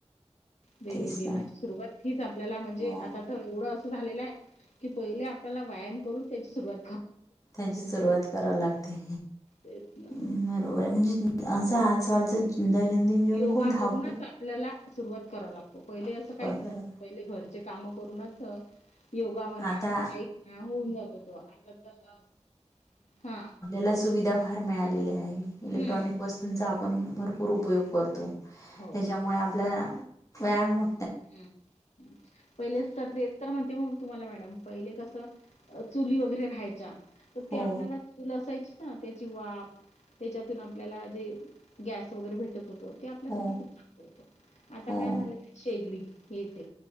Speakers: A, on the left; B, on the left.
A: दैनंदिनाची
B: तेच ना
A: सुरुवात हीच आपल्याला म्हणजे
B: हो
A: आता तर एवढं झालेला आहे की पहिले आपल्याला व्यायाम करून त्याची सुरवात
B: त्यांची सुरवात करावी लागते.
A: तेच ना.
B: बरोबर म्हणजे असं आजकालचं दैनंदिन जीवन
A: योगा
B: खूप धावप
A: करूनच आपल्याला सुरुवात कराव लागतो पहिले असं काहीच नव्हतं.
B: करा
A: पहिले घरचे कामं करूनच योगा म्हणा
B: आता
A: काई म्हणा होऊन जात होतो. आता तर हा
B: आपला सुविधा फार मिळालेल्या आहे इलेक्ट्रॉनिक
A: हम्म.
B: वस्तूंचा आपण भरपूर उपयोग करतो.
A: हो.
B: त्याच्यामुळे आपल्या व्यायाम हो
A: हम्म पहिलेच तर तेस तर म्हणते मग. तुम्हाला मॅडम पहिले कसं चुली वगैरे राहायच्या, तर ते
B: हो
A: आपल्याला चूल असायची. हा. त्याची वाफ त्याच्यातून आपल्याला जे गॅस वगैरे भेटत होते ते आपल्यासाठी
B: हो
A: खूप चांगलं होत. आता
B: हो
A: काय झालेलं आहे शेगडी हे तेे.